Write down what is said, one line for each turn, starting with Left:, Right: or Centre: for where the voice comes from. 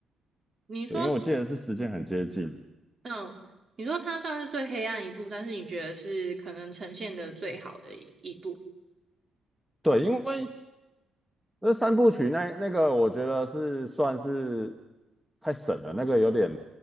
Right: 你说，
Centre: 对，因为我记得是时间很接近。
Right: 嗯，你说它算是最黑暗一部，但是你觉得是可能呈现的最好的一一部，
Centre: 对，因为那三部曲那那个，我觉得是算是太神了，那个有点